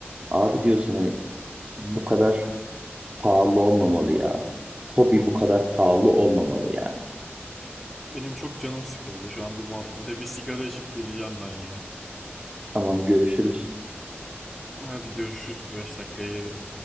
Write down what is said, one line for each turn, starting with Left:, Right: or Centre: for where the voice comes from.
Right: Abi diyorsun hani bu kadar pahalı olmamalı ya. Hobi bu kadar pahalı olmamalı yani.
Centre: Benim çok canım sıkıldı şu an bu muhabbete. Bir sigara içip geleceğim ben ya.
Right: Tamam görüşürüz.
Centre: Hadi görüşürüz. Bir 5 dakikaya gelirim.